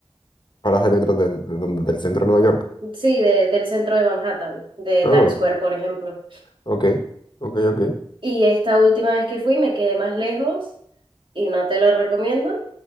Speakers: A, on the left; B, on the right.
A: paradas de metro de- de donde- del centro de Nueva York.
B: sí, de- del centro de Manhattan, de
A: Ah,
B: Times Square, por ejemplo.
A: ok, ok, ok.
B: Y esta última vez que fui me quedé más lejos y no te lo recomiendo